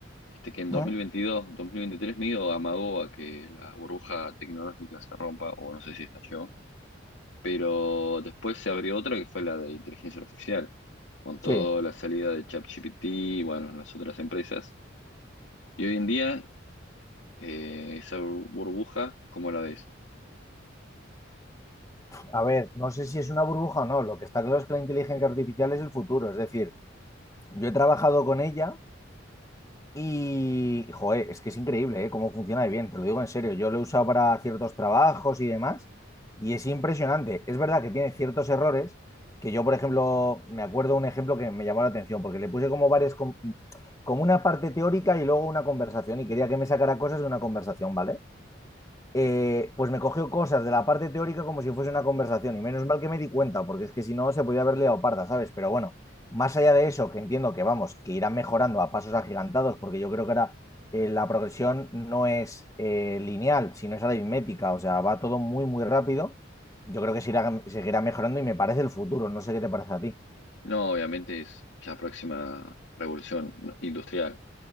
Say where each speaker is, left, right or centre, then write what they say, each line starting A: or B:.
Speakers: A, on the left; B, on the left.
A: este que en
B: ¿Mm?
A: dos dos mil veintidós dos mil veintitrés medio amagó a que la burbuja tecnológica se rompa, o no sé si estalló, pero después se abrió otra que fue la de inteligencia artificial, con toda
B: Sí.
A: la salida de ChatGPT, y bueno, las otras empresas. Y hoy en día, eh, esa burbuja, ¿cómo la ves?
B: A ver, no sé si es una burbuja o no. Lo que está claro es que la inteligencia artificial es el futuro. Es decir, yo he trabajado con ella Y, joder, es que es increíble, ¿eh? Cómo funciona de bien, te lo digo en serio. Yo lo he usado para ciertos trabajos y demás, y es impresionante. Es verdad que tiene ciertos errores, que yo, por ejemplo, me acuerdo un ejemplo que me llamó la atención, porque le puse como varias, com- como una parte teórica y luego una conversación, y quería que me sacara cosas de una conversación, ¿vale? eh, pues me cogió cosas de la parte teórica como si fuese una conversación. Y menos mal que me di cuenta, porque es que si no se podía haber liado parda, ¿sabes? Pero bueno, más allá de eso, que entiendo que vamos, que irán mejorando a pasos agigantados, porque yo creo que ahora eh, la progresión no es eh, lineal, sino es aritmética, o sea, va todo muy, muy rápido. Yo creo que se irá- seguirá mejorando y me parece el futuro. No sé qué te parece a ti.
A: No, obviamente es la próxima revolución industrial.